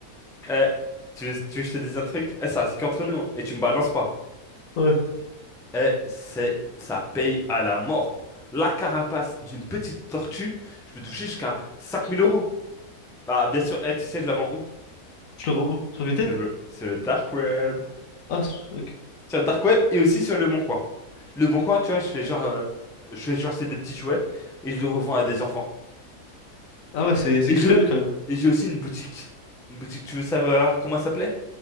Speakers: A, in the centre; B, on the left.
A: Eh, tu veux, tu veux que je te dise un truc? Eh, ça, c'est qu'entre nous, hein, et tu me balances pas.
B: Ouais.
A: Eh, c'est... Ça paye à la mort. La carapace d'une petite tortue, je peux toucher jusqu'à 5000 euros. Bah, bien sûr, eh, tu sais, je la vends où?
B: Je le vends où? Sur Vinted?
A: Sur le, sur le dark web.
B: Ah, c'est- ok.
A: Sur le dark web et aussi sur le Bon Coin. Le Bon Coin, tu vois, je fais genre, euh, je fais genre, c'est des petits jouets et je les revends à des enfants.
B: Ah ouais, c'est c'est
A: Et
B: cruel
A: je,
B: quand même.
A: et j'ai aussi une boutique. Une boutique, tu veux savoir comment ça s'appelait?